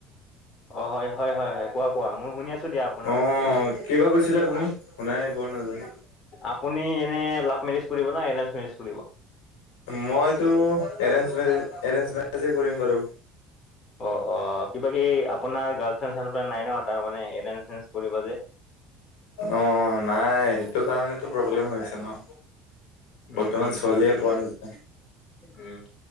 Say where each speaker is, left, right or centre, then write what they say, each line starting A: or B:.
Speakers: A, on the left; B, on the left.
A: অ হয় হয় হয় হয় কোৱা কোৱা মই শুনি আছো দিয়া আপোনাৰ
B: অ
A: কথাবিলাক।
B: কিবা কৈছিলে আপুনি শুনাই পোৱা নাযায়
A: আপুনি এনে লাভ মেৰিজ কৰিব ন এৰেঞ্জ মেৰিজ কৰিব?
B: মইতো এৰেঞ্জ মেৰি এৰেঞ্জ মেৰিজে কৰিম বাৰু।
A: অ অ কিবা কি আপোনাৰ গাৰ্ল ফ্ৰেড চালফেন নাই ন কাৰ মানে এৰেন তেঞ্চ কৰিব যে?
B: অ নাই সেইটো কাৰণেতো প্ৰব্লেম হৈছে ন বৰ্তমান
A: উম উম
B: ছোৱালীয়ে
A: উম উম
B: পোৱা নাযায়
A: উম